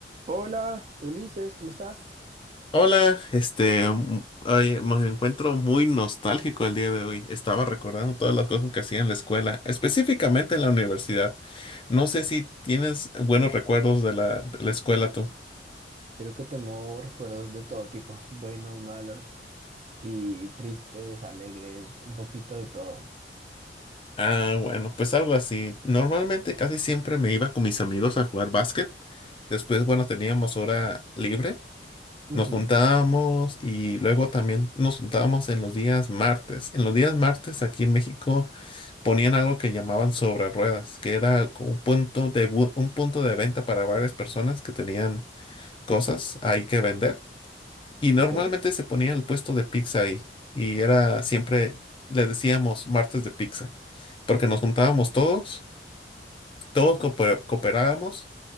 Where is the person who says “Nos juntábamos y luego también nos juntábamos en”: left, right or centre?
Left